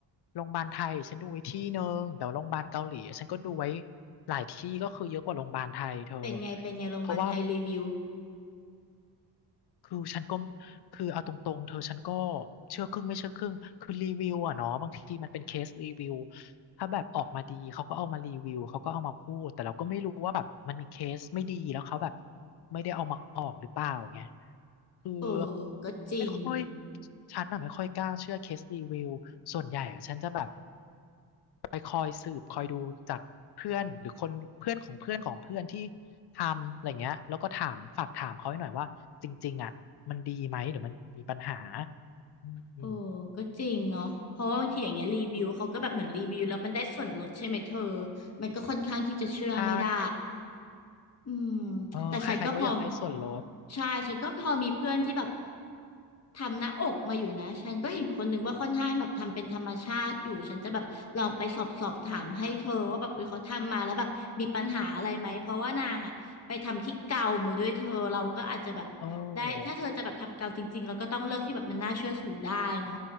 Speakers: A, on the left; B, on the left.
A: โรงพยาบาลไทยฉันดูไว้ที่หนึ่งแต่ว่าโรงพยาบาลเกาหลีฉันก็ดูไว้หลายที่ก็คือเยอะกว่าโรงพยาบาลไทยเธอ
B: เป็นไงเป็นไงโรงพยาบาลไทยรีวิว
A: เพราะว่า คือฉันก็คือเอาตรงๆเธอฉันก็เชื่อครึ่งไม่เชื่อครึ่งคือรีวิวอะเนาะบางทีมันเป็นเคสรีวิวถ้าแบบออกมาดีเขาก็เอามารีวิวเขาก็เอามาพูดแต่เราก็ไม่รู้ว่าแบบมันมีเคสไม่ดีแล้วเขาแบบไม่ได้เอามาออกหรือเปล่าไงคือ
B: เออก็จริง
A: ไม่ค่อยฉันอะไม่ค่อยกล้าเชื่อเคสรีวิวส่วนใหญ่อะฉันจะแบบ คอยสืบคอยดูจากเพื่อนหรือคนเพื่อนของเพื่อนของเพื่อนที่ทำอะไรเงี้ยแล้วก็ถามฝากถามเขาให้หน่อยว่าจริงๆอ่ะมันดีไหมหรือมันมีปัญหาอืม
B: โอ้ก็จริงเนาะเพราะว่าบางทีอย่างเงี้ยรีวิวเขาก็แบบเหมือนรีวิวแล้วมันได้ส่วนลดใช่ไหมเธอมันก็ค่อนข้างที่จะเชื่อไม่ได้
A: ใช่
B: อืม
A: เออใครๆก็อยากได้ส่วนลด
B: แต่ฉันก็พอใช่ฉันก็พอมีเพื่อนที่แบบทำหน้าอกมาอยู่นะฉันก็เห็นคนหนึ่งว่าค่อนข้างแบบทำเป็นธรรมชาติอยู่ฉันจะแบบลองไปสอบสอบถามให้เธอว่าแบบเออเขาทำมาแล้วแบบมีปัญหาอะไรไหมเพราะว่านางอ่ะไปทำที่เกามาด้วยเธอเราก็อาจจะแบบได้ถ้าเธอจะแบบทำเกาจริงๆเราก็ต้องเลือกที่แบบมันน่าเชื่อถือได้เนาะ
A: เออ